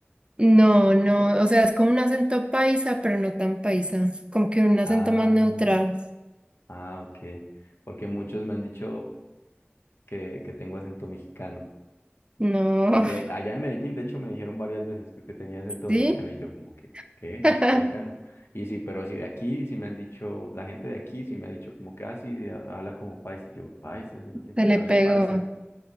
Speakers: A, on the right (about 25°); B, on the left (about 75°).
A: No, no,
B: <laughs>
A: o sea, es como un acento paisa, pero no tan paisa, como que un acento
B: Ah,
A: más neutral.
B: ah, ok. Porque muchos me han dicho que, que tengo acento mexicano.
A: No,
B: Y de
A: <laughs>
B: allá en Medellín, de hecho, me dijeron varias veces que, que tenía acento
A: ¿sí?
B: mexicano y yo como que, ¿qué?
A: <laughs> Se
B: ¿Acento mexicano? Y sí, pero sí de aquí, sí me han dicho, la gente de aquí sí me ha dicho como que, ah, sí, ha- habla como paisa. Y Yo, paisa, yo no siento
A: le
B: que hable
A: pegó.
B: paisa.